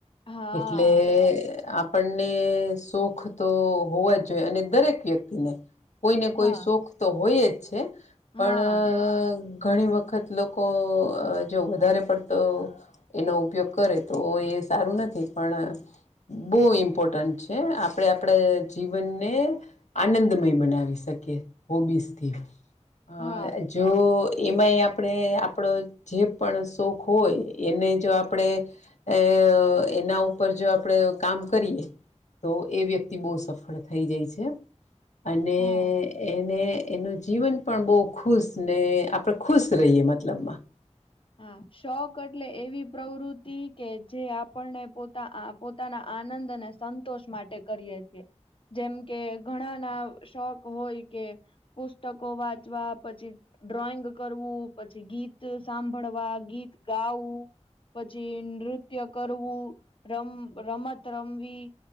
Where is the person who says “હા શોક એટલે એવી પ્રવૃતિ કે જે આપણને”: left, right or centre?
Left